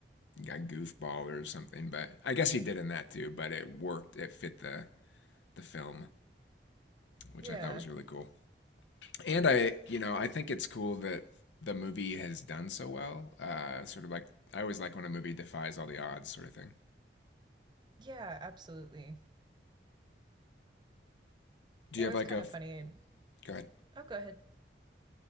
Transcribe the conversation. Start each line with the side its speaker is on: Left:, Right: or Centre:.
Left: a goofball or something. But I guess he did in that too. But it worked. It fit the the film, which
Right: Yeah.
Left: I thought was really cool. And I, you know, I think it's cool that the movie has done so well. Uh, sort of like I always like when a movie defies all the odds, sort of thing.
Right: Yeah, absolutely.
Left: Do
Right: It
Left: you
Right: was
Left: have like
Right: kind
Left: a?
Right: of funny and
Left: Go ahead.
Right: Oh, go ahead.